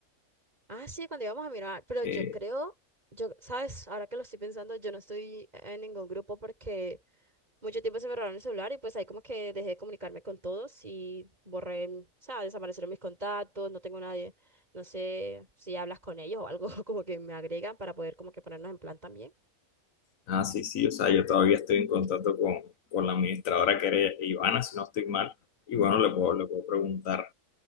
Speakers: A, on the right; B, on the left.
A: Ah, sí, cuando íbamos a mirar, pero
B: Eh,
A: yo creo, yo, ¿sabes? Ahora que lo estoy pensando, yo no estoy en ningún grupo porque mucho tiempo se me robaron el celular y pues ahí como que dejé de comunicarme con todos y borré, o sea, desaparecieron mis contactos, no tengo nadie, no sé si hablas con ellos o algo <laughs> como que me agregan para poder como que ponernos en plan también.
B: Ah, sí, sí, o sea, yo todavía estoy en contacto con, con la administradora que era Ivana, si no estoy mal. Y bueno, le puedo, le puedo preguntar